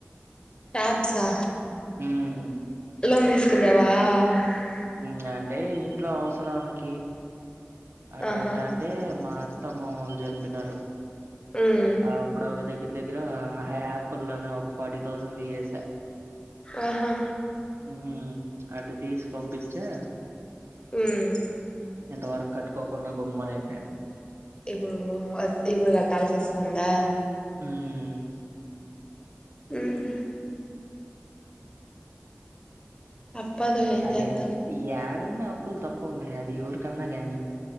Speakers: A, on the left (about 20°); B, on the right (about 75°).
A: టాబ్స్ ఆ
B: ఉమ్
A: ఎలో మ ఇసుకునేవా <unintelligible>
B: హ్మ్ అంటే ఇంట్లో అవసరాలకి అట్ట
A: ఆహా
B: ఇట్ట అంటే మా త్త మామ వాళ్ళు చనిపోయినారు
A: ఉమ్
B: ఆప్పుడ ఒక దగ్గర దగ్గర దగ్గర హ యాపిల్ లోనే ఒక ఫార్టీ థౌజండ్ తీసేసా
A: ఆహా
B: ఉమ్ అటు తీసి పంపిచే
A: హ్ ఉమ్
B: ఎంతవరక్ కట్టుకోకుండా గమ్మున అయిపోయాను
A: ఇప్పుడు ఇప్పుడు కట్టాల్సి వస్తాందా
B: హ్మ్మ్
A: ఉహు తప్పదు ఏం
B: అదే
A: చేద్దాం
B: యాడున్నావ్ తప్పులు తప్పవులే అది ఎవరి కన్నా గానీ